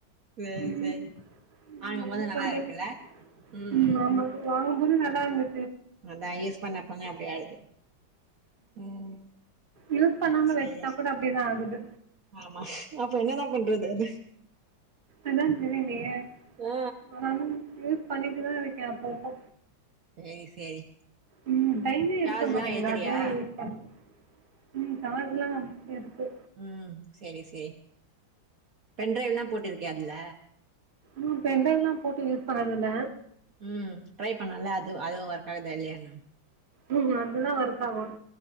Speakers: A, on the right; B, on the right.
A: சேரி
B: உம்
A: சேரி வாங்கும்போது
B: என்ன
A: நல்லா
B: பண்றது
A: இருக்குல்ல ம்
B: உம் ஆம வாங்க ம் நல்லா இருந்து
A: அதா யூஸ் பண்ண பண்ண அப்டி ஆகுது ம்
B: யூஸ் பண்ணாம
A: சேரி
B: வச்சா
A: சேரி
B: கூட அப்டிதா ஆகுது
A: ஆமா அப்ப என்னதா பண்றது அது
B: அதா தெரியிலையே
A: ஆ
B: ஆனாலும் யூஸ் பண்ணிட்டுதா இருக்கே அப்பப்போ
A: சேரி சேரி
B: உம் டயமே
A: சார்ஜ்லா
B: இருக்க மாட்டேங்குது
A: ஏத்துறியா
B: அதுவும் யூஸ் பண் <inaudible> உம் சார்ஜ்ல்லாம் இருக்கு
A: உம் செரி செரி பென்டிரைவ்லாம் போட்டிருக்கியா அதுல
B: உம் பெண்டிரைவ்லாம் போட்டு யூஸ் பண்ணதுல்ல
A: ம் ட்ரை பண்ணல அது அதுவும் வரு தாகுதா இல்லயான
B: ம் அதெல்லா ஒர்க் ஆகும்